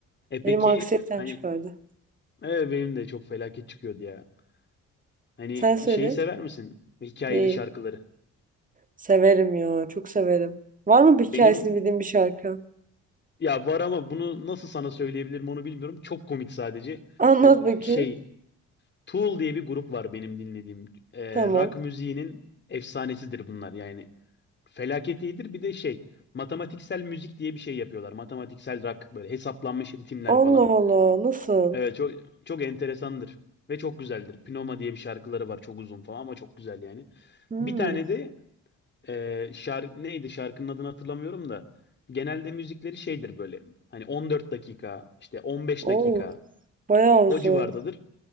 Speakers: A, on the left (about 35°); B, on the right (about 25°).
A: E
B: Benim
A: peki
B: anksiyetem
A: hani
B: çıkardı.
A: evet benim de çok felaket çıkıyordu ya. Hani
B: Sen söyle.
A: şeyi sever misin? Hikayeli
B: Değil.
A: şarkıları.
B: Severim ya. Çok severim. Var mı bir hikayesini
A: Benim
B: bildiğin bir şarkı?
A: Ya var ama bunu nasıl sana söyleyebilirim onu bilmiyorum. Çok komik sadece.
B: Anlat
A: E,
B: bakayım.
A: Şey, Tool diye bir grup var benim dinlediğim. E,
B: Tamam.
A: rock müziğinin efsanesidir bunlar yani. Felaket iyidir. Bir de şey, matematiksel müzik diye bir şey yapıyorlar. Matematiksel rock böyle hesaplanmış ritimler
B: Allah
A: falan.
B: Allah. Nasıl?
A: Evet çok çok enteresandır ve çok güzeldir. Pneuma diye bir şarkıları var çok uzun falan ama çok güzel yani.
B: Hmm.
A: Bir tane de ee, şarkı neydi şarkının adını hatırlamıyorum da genelde müzikleri şeydir böyle hani 14 dakika işte 15
B: Oo,
A: dakika
B: bayağı uzun.
A: o civardadır.